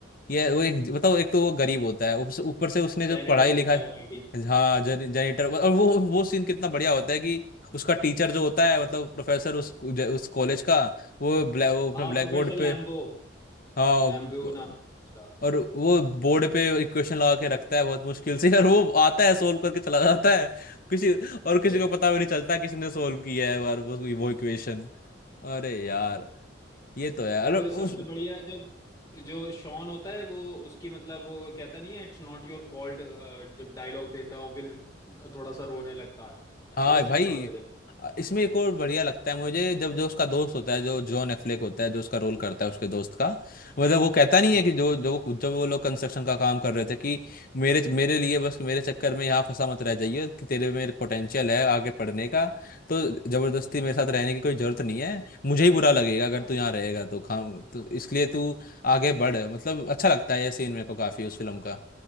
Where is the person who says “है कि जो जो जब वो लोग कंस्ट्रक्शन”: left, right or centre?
Left